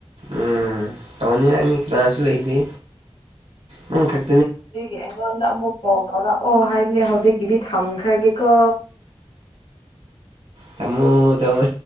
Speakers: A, on the right; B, on the left.
A: ꯎꯝ ꯇꯧꯅꯤꯉꯥꯏ ꯃꯤ ꯀꯅꯥꯁꯨ ꯂꯩꯇꯦ ꯅꯪ ꯈꯛ
B: ꯒꯤ ꯑꯩꯉꯣꯟꯗ ꯑꯃꯨꯛ ꯀꯣꯜ ꯇꯧꯔꯛꯑꯣ ꯍꯥꯏꯕꯅꯦ ꯍꯧꯖꯤꯛꯀꯤꯗꯤ ꯊꯝꯈ꯭ꯔꯒꯦꯀꯣ
A: ꯊꯝꯃꯣ ꯊꯝꯃꯣ